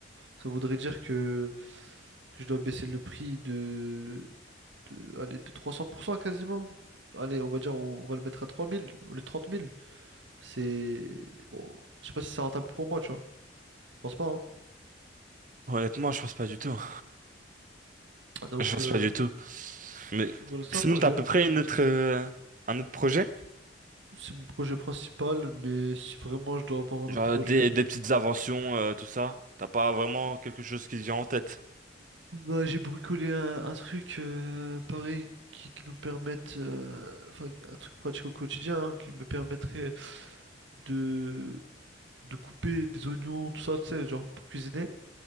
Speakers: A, on the right; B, on the right.
A: Ça voudrait dire que, que je dois baisser le prix de, de, allez, de 300% quasiment. Allez, on va dire, on va le mettre à 3000 ou les 30 000. C'est. Bon, je sais pas si c'est rentable pour moi, tu vois. Je pense pas. hein.
B: Honnêtement, je pense pas du tout.
A: Donc,
B: Je pense
A: euh,
B: pas du tout. Mais
A: voilà, c'est
B: sinon,
A: un projet.
B: t'as à peu près une autre, euh, un autre projet?
A: C'est mon projet principal, mais si vraiment je dois avoir un
B: Genre
A: autre projet,
B: des, des petites inventions, euh, tout ça. T'as pas vraiment quelque chose qui te vient en tête.
A: bah j'ai bricolé un, un truc euh, pareil qui, qui nous permette, euh, enfin un truc pratique au quotidien, hein, qui me permettrait de, de couper des oignons, tout ça, tu sais, genre pour cuisiner